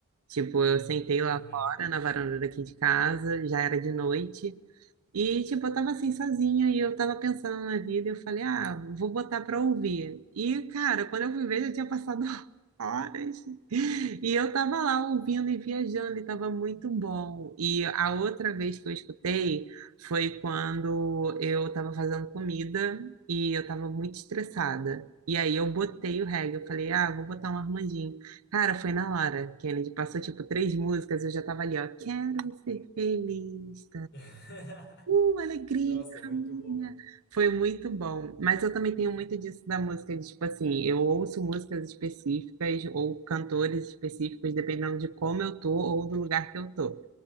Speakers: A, on the right; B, on the left.
A: tipo, eu sentei lá
B: Uhum.
A: fora, na varanda daqui de casa, já era de noite, e, tipo, eu tava assim sozinha e eu tava pensando na vida e eu falei, ah, vou botar pra ouvir. E, cara, quando eu fui ver, já tinha passado <laughs> horas. E eu tava lá ouvindo e viajando e tava muito bom. E a outra vez que eu escutei foi quando eu tava fazendo comida e eu tava muito estressada. E aí eu botei o reggae, eu falei, ah, vou botar um Armandinho. Cara, foi na hora, Kennedy. Passou, tipo, três músicas, eu já tava ali, ó, quero ser feliz.
B: <laughs>
A: Uh, alegria,
B: Nossa, muito
A: família.
B: bom.
A: Foi muito bom. Mas eu também tenho muito disso da música, de, tipo assim, eu ouço músicas específicas ou cantores específicos, dependendo de como eu tô ou do lugar que eu tô.